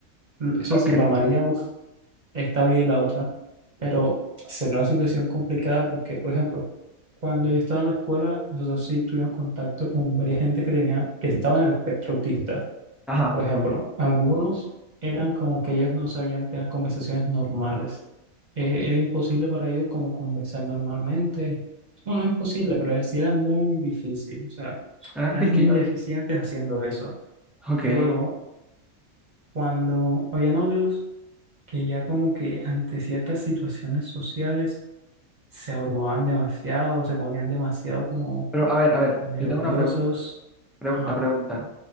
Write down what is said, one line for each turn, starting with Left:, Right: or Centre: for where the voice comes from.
Right: Eso
Centre: ok.
Right: sí, lo amaría, esta vida y la otra, pero es una situación complicada porque, por ejemplo, cuando yo estaba en la escuela, nosotros sí tuvimos contacto con varias gente que tenía, que estaba en el espectro autista.
Centre: Ajá,
Right: Por ejemplo, algunos eran como que ellos no sabían tener conversaciones normales. Eh, era imposible para ellos como conversar normalmente. Bueno, no imposible, pero era- sí era muy difícil. O sea,
Centre: eran
Right: eran
Centre: quisquillos.
Right: deficientes
Centre: <laughs>
Right: haciendo eso.
Centre: Ok.
Right: Y luego, cuando habían otros que ya como que ante ciertas situaciones sociales se abrumaban demasiado, se ponían demasiado como
Centre: Pero a ver, a ver,
Right: nerviosos.
Centre: yo tengo una pregunta, pregunta,
Right: Ajá.
Centre: pregunta.